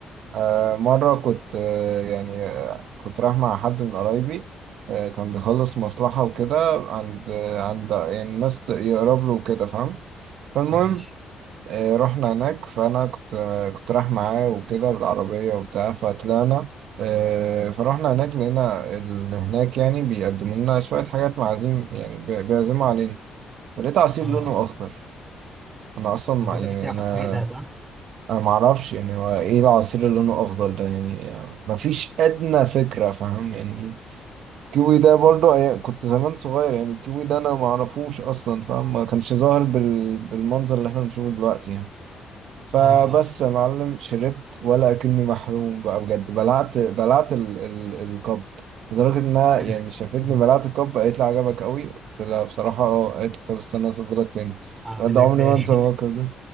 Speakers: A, on the right; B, on the right.
A: آه مره كنت آه يعني آه كنت رايح مع حد من قرايبي آه كان بيخلص مصلحه وكده عند آه عند يعني الناس يقرب له وكده فاهم فالمهم
B: ماشي
A: آه، رحنا هناك فانا كنت آه، كنت رايح معاه وكده بالعربيه وبتاع فطلعنا آه، فروحنا هناك لقينا اللي هناك يعني بيقدموا لنا شويه حاجات معازيم يعني بي- بيعزموا علينا فلقيت عصير
B: اه
A: لونه اخضر انا اصلا
B: انت
A: ما
B: ما
A: يعني
B: كنتش تعمل
A: انا
B: الكيوي ده صح؟
A: انا ما اعرفش يعني هو ايه العصير اللي لونه اخضر ده يعني آه، ما فيش ادنى فكره فاهم يعني إيه؟ الكيوي ده برضو أي- كنت زمان صغير يعني الكيوي ده انا ما اعرفوش اصلا فاهم ما كانش ظاهر بال... بالمنظر اللي احنا بنشوفه دلوقتي يعني فبس
B: اه آه.
A: يا معلم شربت ولا اكني محروم بقى بجد بلعت بلعت ال ال الكب لدرجة انها
B: <laughs>
A: يعني شافتني بلعت الكب قالت لي عجبك قوي قلت لها بصراحة اه قالت لي طب استنى اصب لك تاني
B: اعمل
A: بجد
B: لك
A: عمري
B: تاني
A: ما انسى الموقف ده